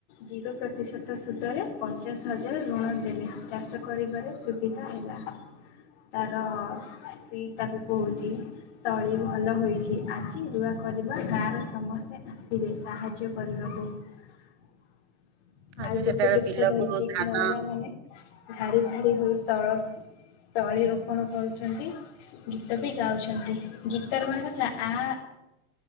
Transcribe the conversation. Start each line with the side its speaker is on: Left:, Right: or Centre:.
Left: ଜିରୋ ପ୍ରତିଶତ ସୁତରେ ପଚାଶ ହଜାର ଋଣ ଦେଲେ, ଚାଷ କରିବାରେ ସୁବିଧା ହେଲା। ତାର ସ୍ତ୍ରୀ ତାକୁ କହୁଚି। ତଳି ଭଲ ହୋଇଚି ଆଜି ରୁଆ କରିବା, ଗାଁର ସମସ୍ତେ ଆସିବେ ସାହାଯ୍ୟ କରିବାକୁ। କୁ।
Right: ଆଗେ
Left: ଆଉ
Right: ଯେତେବେଳେ
Left: ଗୋଟେ ଦୃଶ୍ୟ
Right: ବିଲକୁ
Left: ରହିଚି
Right: ଧାନ
Left: ମହିଳା ମାନେ ଧାଡି ଭାଡି ହୋଇ ତଳ ତଳି ରୋପଣ କରୁଚନ୍ତି, ଗୀତ ବି ଗାଉଛନ୍ତି ଗୀତର ମାନେ ଯୋଉଟା ଆ